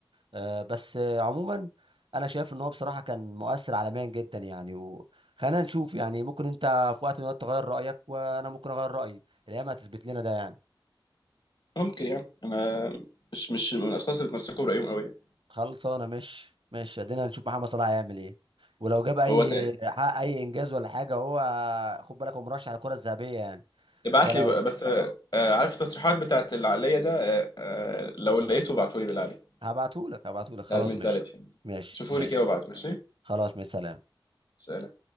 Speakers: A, on the right (about 80°); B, on the left (about 60°).
A: آه، بس آه، عموما انا شايف ان هو بصراحه كان مؤثر عالميا جدا يعني وخلينا نشوف يعني ممكن انت في وقت من الوقت تغير رايك وانا ممكن اغير رايي الايام هتثبت لنا ده يعني
B: ممكن يعني انا مش مش من الاشخاص اللي بتمسكوا برايهم قوي يعني.
A: خلصانه مش مش ادينا نشوف محمد صلاح هيعمل ايه ولو جاب اي
B: هو
A: حقق اي انجاز ولا حاجه هو خد بالك هو مرشح على الكره الذهبيه يعني
B: ابعت
A: فلو
B: لي بقى، بس آه، آه، عارف التصريحات بتاعت العقلية ده آه، آه، لو لقيته ابعته لي بالله عليك
A: هبعتهولك هبعتهولك خلاص
B: بتاع المنتاليتي
A: ماشي ماشي
B: شوفوا
A: ماشي
B: لي كده وابعته ماشي
A: خلاص مع السلامة
B: سلام